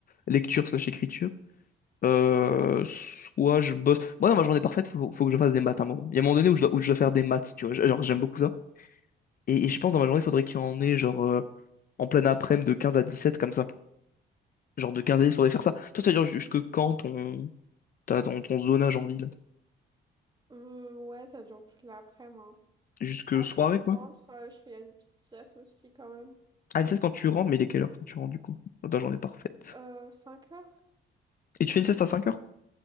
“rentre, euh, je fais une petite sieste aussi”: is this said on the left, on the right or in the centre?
Right